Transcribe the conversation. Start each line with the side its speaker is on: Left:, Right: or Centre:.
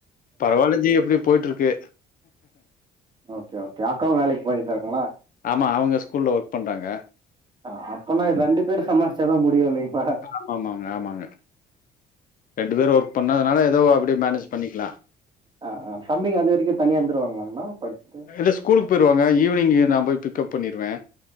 Left: பரவாயில்ல ஜி எப்டியோ போய்ட்டு இருக்கு
Right: ஓகே ஓகே அக்காவு வேலைக்கு போயிட்டுருங்களா
Left: ஆமா அவுங்க ஸ்கூல்ல ஒர்க் பண்றாங்க
Right: ஆ அப்பனா ரெண்டு பேரு சம்மாருச்சாதா முடியு லைஃப்ப
Left: ஆமாம்மாங்க ஆமாங்க ரெண்டு பேரு ஒர்க் பண்ணதுனால ஏதோ அப்டி மேனேஜ் பண்ணிக்லா
Right: ஆ ஆ தம்பிக அது வரைக்கு தனியா இருந்துருவாங்ளாங்ணா படிச்ட்டு
Left: இல்ல ஸ்கூலுக்கு போயிருவாங்க ஈவினிங் நா போய் பிக்கப் பண்ணிருவே